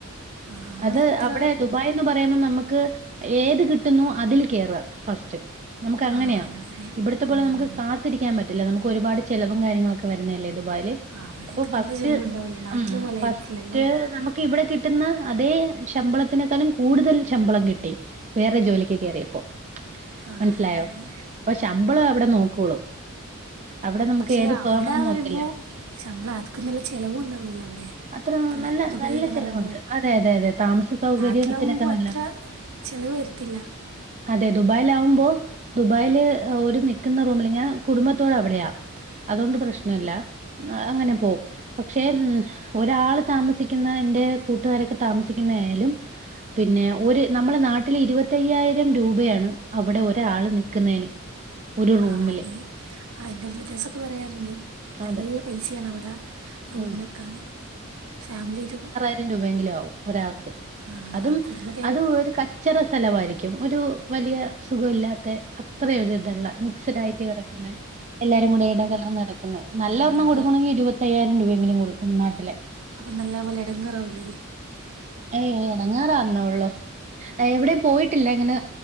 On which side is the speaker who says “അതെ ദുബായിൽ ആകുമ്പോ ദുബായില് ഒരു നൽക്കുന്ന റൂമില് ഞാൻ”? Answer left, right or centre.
Right